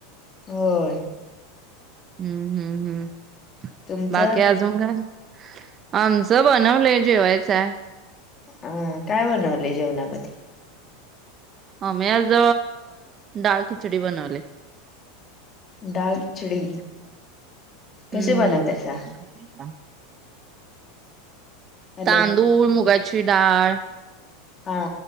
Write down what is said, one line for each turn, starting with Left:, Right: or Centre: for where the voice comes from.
Left: होय.
Right: हम्म हम् हम्
Left: तुमचं
Right: बाकी आ जुन काय आमचं बनवलंय जेवायचंय.
Left: अ काय बनवलय जेवणामध्ये?
Right: आम्ही आज डाळ खिचडी बनवलय.
Left: डाळ खिचडी. कशी
Right: हम्म
Left: बनवतायसा
Right: हम्म.
Left: हॅलो
Right: तांदूळ, मुगाची डाळ
Left: हा